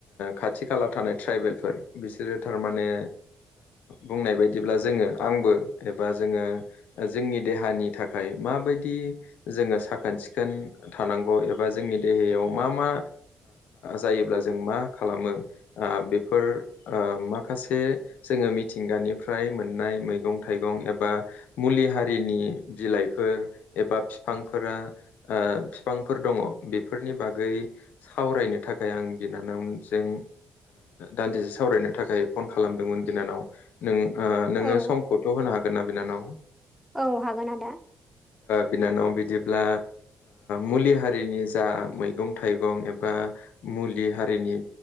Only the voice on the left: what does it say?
खाथि खाला थानाय ट्राइबेलफोर बिसोरो थारमाने बुंनाय बायदिब्ला जोङो आंबो एबा जोङो जोंनि देहानि थाखाय माबायदि जोङो साखोन सिखोन थानांगौ एबा जोंनि देहायाव मा मा जायोब्ला जों मा खालामो ओ बेफोर ओ माखासे जोङो मि मिथिंगानिफ्राय मोननाय मैगं थाइगं एबा मुलि हारिनि बिलाइफोर एबा बिफांफोरा ओ बिफांफोर दङ, बेफोरनि बागै सावरायनो थाखाय आं बिनानावजों दान्दिसे सावरायनो थाखाय फन खालामदोंमोन बिनानाव नों नोङो
समखौथ' होनो हागोन ना बिनानाव
बिनानाव बिदिब्ला मुलि हारिनि जा मैगं थाइगं एबा मुलि हारिनि